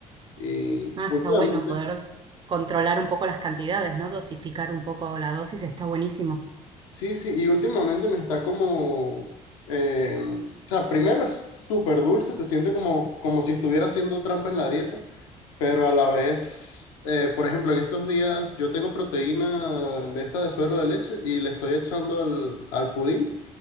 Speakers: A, on the left; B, on the right.
A: Y
B: Ah,
A: últimamente,
B: está bueno poder controlar un poco las cantidades, ¿no? Dosificar un poco la dosis, está buenísimo.
A: sí, sí, y últimamente me está como, eh, o sea, primero es súper dulce, se siente como, como si estuviera haciendo trampa en la dieta. pero a la vez, eh, por ejemplo, en estos días yo tengo proteína de esta de suero de leche y le estoy echando al, al pudín.